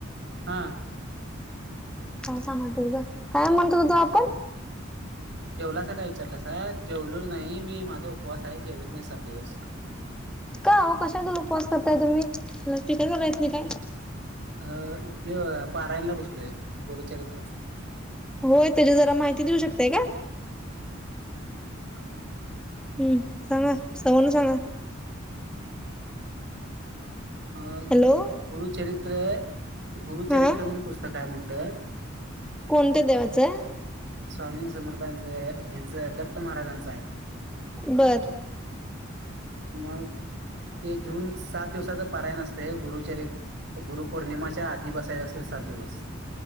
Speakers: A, on the right; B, in the centre.
A: हा.
B: काय स म्हणत त काय म्हणत हो तो आपण.
A: जेवलासा काय विचारलं साहेब जेवलो नाही. मी माझा उपवास आहे. जेवत नाही सात दिवस.
B: का हो कशातून उपवास करताय तुम्ही ल टीका करायच नाही काय?
A: अ हे पारायणला बसलोय गोरुचरित्राच.
B: होय, त्याची जरा माहिती देऊ शकताय का?
A: हा.
B: हम्म सांगा सवण सांगा.
A: अ
B: हॅलो
A: गुरुचरित्र गुरुचरित्र
B: हा
A: म्हणून पुस्तकहाय मोठं.
B: कोणत्या देवाचं?
A: स्वामी समर्थ यांच यांचं दप्त महाराजांचं आहे.
B: बरं.
A: मग ते घेऊन सात दिवसाच.. परायण असते. गुरुचरित्र गुरुपौर्णिमाच्या आधी बसायचे असते. सात दिवस...